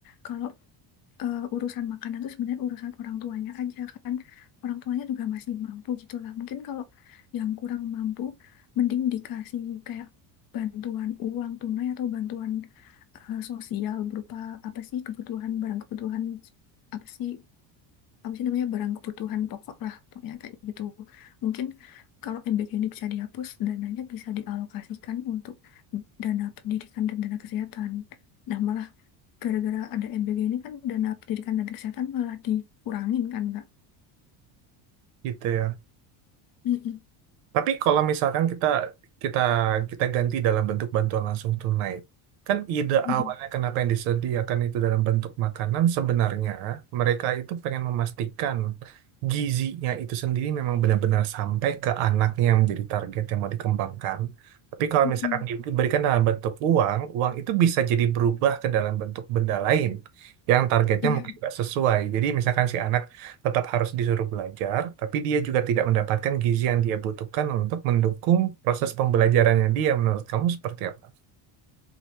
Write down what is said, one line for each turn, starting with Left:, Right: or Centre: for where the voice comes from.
Left: kalau eh, urusan makanan tuh sebenarnya urusan orang tuanya aja kan orang tuanya juga masih mampu gitulah mungkin kalau yang kurang mampu mending dikasih kayak bantuan uang tunai atau bantuan eh, sosial berupa apa sih kebutuhan barang kebutuhan apa sih apa sih namanya barang kebutuhan pokok lah pokoknya kayak gitu mungkin kalau MBK ini bisa dihapus dananya bisa dialokasikan untuk dana pendidikan dan dana kesehatan nah malah gara-gara ada MBG ini kan dana pendidikan dan kesehatan malah dikurangin kan Kak.
Right: Gitu ya.
Left: Mm-mm.
Right: Tapi kalau misalkan kita kita kita ganti dalam bentuk bantuan langsung tunai, kan ide
Left: Mm-mm.
Right: awalnya kenapa yang disediakan itu dalam bentuk makanan sebenarnya mereka itu pengen memastikan gizinya itu sendiri memang benar-benar sampai ke anaknya yang menjadi target yang mau dikembangkan. Tapi kalau
Left: Mm-mm.
Right: misalkan diberikan dalam bentuk uang, uang itu bisa jadi berubah ke dalam bentuk benda lain yang targetnya
Left: Iya.
Right: mungkin nggak sesuai. Jadi misalkan si anak tetap harus disuruh belajar, tapi dia juga tidak mendapatkan gizi yang dia butuhkan untuk mendukung proses pembelajarannya dia. Menurut kamu seperti apa?